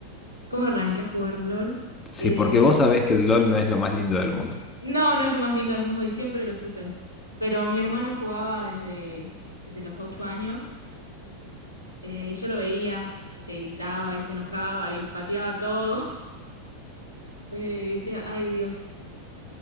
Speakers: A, on the right; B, on the left.
A: ¿Cómo arranqué a jugar LOL?
B: Sí,
A: Eh,
B: porque vos sabés que el LOL no es lo más lindo del mundo.
A: no, no es lo más lindo del mundo y siempre lo supe. Pero mi hermano jugaba desde, desde los ocho años eh, y yo lo veía, que gritaba y se enojaba y pateaba todo. <laughs> Eh, y decía, ay Dios.